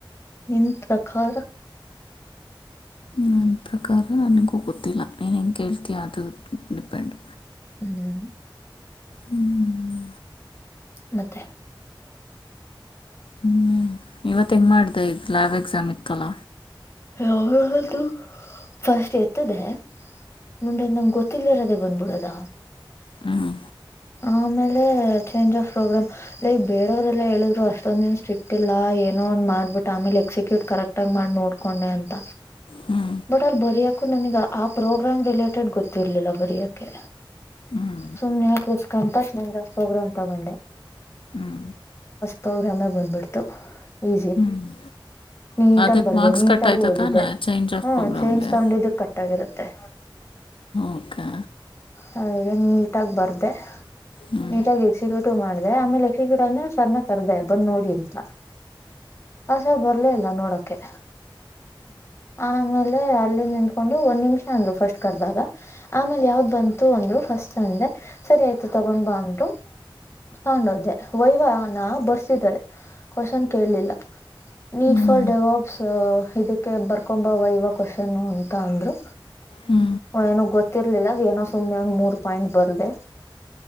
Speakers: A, on the left; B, on the left.
A: ಇತ್ರಕಾರ
B: ನನ್ನ ಪ್ರಕಾರ ನನಗೂ ಗೊತ್ತಿಲ್ಲ ನೀನು ಹೆಂಗೆ ಕೇಳ್ತೀಯಾ ಅದು ಡಿಪೆಂಡ್
A: ಹ್ಮ್
B: ಹ್ಮ್
A: ಮತ್ತೆ
B: ಹ್ಮ್ ಇವತ್ತು ಹೆಂಗ್ ಮಾಡಿದೆ ಈ ಲ್ಯಾಬ್್ ಎಕ್ಸಾಮ್ ಇತ್ತಲ್ಲ
A: ಅವು ಫಸ್ಟ್ ಎತ್ತದೆ ಮುಂಡದ್ ನಂಗ್ ಗೊತ್ತಿಲ್ಲರದೇ ಬಂದಬಿಡದ
B: ಹ್ಮ
A: ಆಮೇಲೆ ಚೇಂಜ್ ಆಫ್ ಪ್ರೋಗ್ರಾಮ್ ಲೈಕ್ ಬೇರವರೆಲ್ಲಾ ಹೇಳಿದ್ರು ಅಷ್ಟೊಂದ ದನ್ಷ್ಟ ಇಟ್ಟಿಲ್ಲ ಏನೋ ಒಂದ್ ಮಾಡ್ಬಿಟ್ಟ ಆಮೇಲೆ ಎಕ್ಸಿಕ್ಯೂಟ್ ಕರೆಕ್ಟ್ ಆಗ ಮಾಡಿ ನೋಡ್ಕೊಂಡೆ ಅಂತ
B: ಹ್ಞೂ
A: ಬಟ್ ಅಲ್ಲಿ ಬರಿಯಕು ನನಗ ಆ ಪ್ರೋಗ್ರಾಮ್ ರಿಲೇಟೆಡ್ ಗೊತ್ತಿರ್ಲಿಲ್ಲ ಬರಿಯಕೆ
B: ಹ್ಞೂ
A: ಸುಮ್ನೆ ಕೃಸ್ಕಂತ ಕ್ಲೇಜ್ರಫ್ ಪ್ರೋಗ್ರಾಾಮ್ ತಗೊಂಡೆ
B: ಹ್ಮ್
A: ಪ್ರ್ರಾಮ್ ಬಂದ್ಬಿು ಈಿ
B: ಹ್ಞೂ
A: ನೀ
B: ಅದಕ್ಕೆ
A: ಬ
B: ಮಾರ್ಕ್ಸ್ ಕಟ್ ಆಯಿತು
A: ಗ ಓದಿದ್ದೆ
B: ತಾನೆ ಚೇಂಜ್ ಆಫ್
A: ಹ್ಮ
B: ಪ್ರೋಗ್ರಾಮ್ಗೆ
A: ಚೈಂಜ್ ತಗೊಂಡಿದ್ದು ಕಟ್ಟಾಗಿರುತ್ತೆ
B: ಓಕೆ
A: ಹಾಗೆ ನೀಟಗ ಬರ್ದೆ
B: ಹ್ಞೂ
A: ನೀಟಾಗಿ ಎಕ್ಸಿಕ್ಯೂ ಮಾಡಿದೆ ಆಮೇಲೆ ಲಕ್ಷ್ಮಗೂಡ ಅಂದ್ರೆ ಸರ್ಣ ಕರ್ದೆ ಬಂದ್ ನೋಡಿ ಅಂತ ಹಸ ಬರ್ಲೇ ಇಲ್ಲ ನೋಡೋಕೆ ಆಮೇಲೆ ಅಲ್ಲಿ ನಿಂಕೊಂಡು ಒಂದ್ ನಿಮಿಷ ಅಂದ್ರು ಫಸ್ಟ್ ಕರ್ದಾಗ ಆಮೇಲೆ ಯಾವ್ದ್ ಬಂತು ಅಂದ್ರು ಫಸ್ಟ್ ಅಂದೆ ಸರಿ ಆಯ್ತು ತಗೊಂಡ್ ಬ ಅಂದರು ತಗೊಂಡೋೆ ವೈವಾಾನ ಬರ್ಸಿದ್ದಾರೆ ಕ್ವಶನ್ ಕೇಳಲಿಲ್ಲ ನೀಡ್
B: ಹ್ಞೂ
A: ಫಾರ್ ಡೆವಾಬ್ಸ್ ಇದಕ್ಕೆ ಬರ್ಕೊಂಬ ವೈವ ಕ್ಶನ್ ಅಂತ ಅಂದ್ರು
B: ಹ್ಞೂ
A: ಏನ ಗೊ ಸಿತಿರ್ಲಿಲ್ಲ ಏನೋ ಸುಮ್ನೆ ಒಂಗ್ ಮೂರ್ ಪಾಯಿಂಟ್ ಬರದೆ